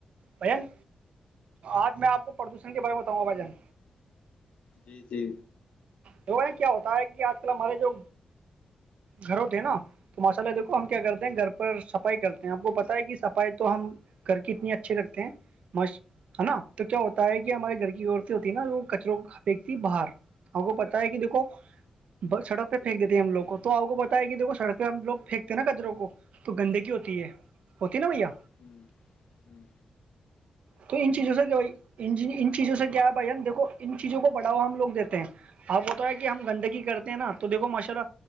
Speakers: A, on the right; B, on the left.
A: بھان آج میں آپ کو پردشن کے بار میں بتاؤ گا بھ جان
B: جی جی
A: تو وہ کیا ہوتا ہے کہ آج کل ہمارے جو گھروں تھے نا تو ماشاء اللہ دیکھو ہم کیا کرتے ہیں گھر پر صفائی کرتے ہیں آپ کو پت ہے کہ صفائی تو ہم کر کے اتنی اچھے کرتے ہیں مش ہے نا تو کیا ہوتا ہے کہ ہمارے گھر کی عورتیں ہوتی ہے نا وہ کچروں کو پپنکتی ہے باہر ہم ہے کہ دیکھو سڑک پہ پھینک دیتی ہیں ہم لوگ کو تو تو آپ کو پت ہے کہ دیکھو سڑک پہ ہم لوگ پھینتے ہیں نا کجروں کو تو گندگی ہوتی ہے ہوتی نا بھیا
B: ہوں ہوں
A: تو ان چیزوں سے کیا بھائی ان چیزوں سے کیا ہے بھائی دیکو ان چیزوں کو بڑھوا ہم لوگ دیتے ہیں اب وہ تو ہے کہ ہم گندگی کرتے ہیں نا تو دیکھو ماشرہ